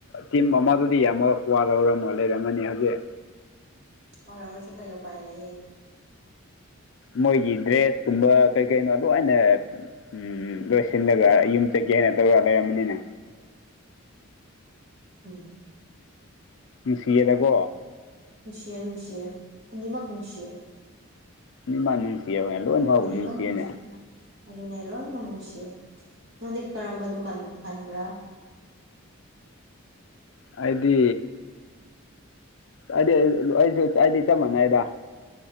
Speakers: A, on the left; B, on the right.
A: ꯇꯤꯝ ꯑꯃꯗꯨꯗꯤ ꯌꯥꯝ ꯋꯥꯔꯔ ꯂꯩꯔꯝꯃꯅꯤ ꯍꯧꯖꯤꯛ
B: ꯋꯥꯔꯁꯨ ꯀꯔꯤ ꯎ ꯄꯥꯏ ꯂꯩꯌꯦ
A: ꯃꯣꯏꯒꯤ ꯗ꯭ꯔꯦꯁ ꯀꯨꯝꯕ ꯀꯩ ꯀꯩꯅꯣ ꯂꯣꯏꯅ ꯎꯝ ꯂꯣꯏꯁꯤꯜꯂꯒ ꯌꯨꯝ ꯆꯠꯀꯦ ꯍꯥꯏꯅ ꯇꯧꯔ ꯂꯩꯔꯃꯅꯤꯅ
B: ꯎꯝ
A: ꯅꯨꯡꯁꯤꯌꯦꯗꯀꯣ
B: ꯅꯨꯡꯁꯤꯌꯦ ꯅꯨꯡꯁꯤꯌꯦ ꯑꯅꯤꯃꯛ ꯅꯨꯡꯁꯤꯌꯦ
A: ꯏ ꯃꯥ ꯅꯨꯡꯁꯤꯌꯦ ꯍꯅꯦ ꯂꯣꯏ ꯃꯛꯄꯨ
B: ꯑꯅꯤꯃꯛ
A: ꯅꯨꯡꯁꯤꯌꯦꯅꯦ
B: ꯅꯨꯡꯁꯤ ꯑꯗꯨꯅꯦ ꯂꯣꯏ ꯉꯂꯨꯁꯤꯌꯦ ꯅꯪꯗꯤ ꯀꯥꯔꯝꯕꯗꯨ ꯀꯟꯕ꯭ꯔꯥ
A: ꯍꯥꯏꯗꯤ ꯍꯥꯏꯗꯤ ꯑꯩꯁꯨ ꯑꯩꯗꯤ ꯆꯞ ꯃꯥꯟꯅꯩꯗ